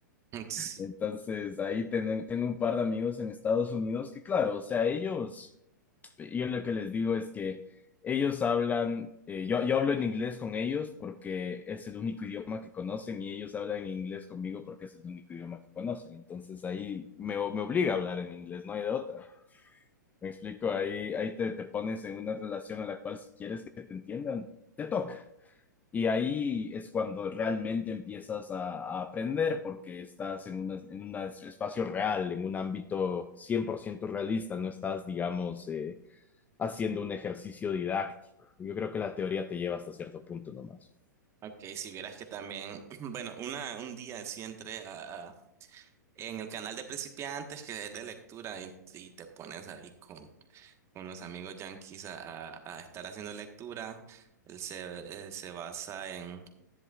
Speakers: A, on the right; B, on the left.
A: <laughs> Sí.
B: Entonces, ahí ten- tengo un par de amigos en Estados Unidos que, claro, o sea, ellos, yo lo que les digo es que ellos hablan, eh, yo, yo hablo en inglés con ellos porque es el único idioma que conocen y ellos hablan en inglés conmigo porque es el único idioma que conocen. Entonces, ahí me, o- me obliga a hablar en inglés, no hay de otra. Me explico, ahí, ahí te, te pones en una relación a la cual si quieres que te entiendan, te toca. Y ahí es cuando realmente empiezas a, a aprender porque estás en, una- en un espacio real, en un ámbito 100% realista, no estás, digamos, eh, haciendo un ejercicio didáctico. Yo creo que la teoría te lleva hasta cierto punto nomás.
A: Ok, si vieras que también, <clears throat> bueno, una, un día sí entré a, a- en el canal de principiantes que es de lectura y, y te pones ahí con, con los amigos yanquis a, a- a estar haciendo lectura. Él Se, eh, se basa en